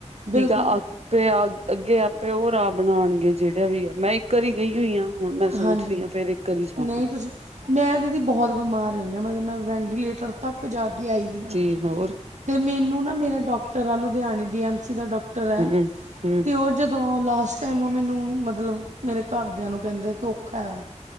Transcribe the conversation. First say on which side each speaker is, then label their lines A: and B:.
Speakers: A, on the right (about 75°); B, on the right (about 60°).
A: ਬਿਲਕੁਲ
B: ਠੀਕ ਆ ਪੇ ਆਗ, ਅੱਗੇ ਆਪੇ ਓ ਰਾਹ ਬਨਾਨਗੇ ਜੇਹੜਾ ਵੀ ਆ, ਮੈਂ ਇੱਕ ਵਾਰੀ ਗਈ ਹੋਈ ਆਂ। ਹੁਣ ਮੈਂ ਸੋਚਰੀ
A: ਹਾਂਜੀ
B: ਆ ਫਿਰ ਇੱਕ ਵਾਰੀ ਜਾਵਾਂ
A: ਨਹੀਂ ਤੁਸੀਂ ਮੈਂ ਦੀਦੀ ਬੋਹਤ ਬਿਮਾਰ ਰਈ ਆਂ ਮਤਲਬ ਮੈਂ ਵੈਂਟੀਲੇਟਰ ਤੱਕ ਜਾ ਕੇ ਆਈ ਦੀ ਆਂ।
B: ਤੇ ਹੋਰ
A: ਤੇ ਮੈਨੂੰ ਨਾ ਮੇਰਾ ਡਾਕਟਰ ਆ ਲੁਧਿਆਣੇ ਡੀ ਐੱਮ ਸੀ ਦਾ ਡਾਕਟਰ ਆ
B: ਹੂੰ, ਹੂੰ,
A: ਤੇ ਓ ਜਦੋਂ ਲਾਸਟ ਟਾਈਮ ਓ ਮੈਨੂੰ ਮਤਲਬ ਮੇਰੇ ਘਰਦਿਆਂ ਨੂੰ ਕਹਿੰਦੇ ਕਿ ਔਖਾ ਏ।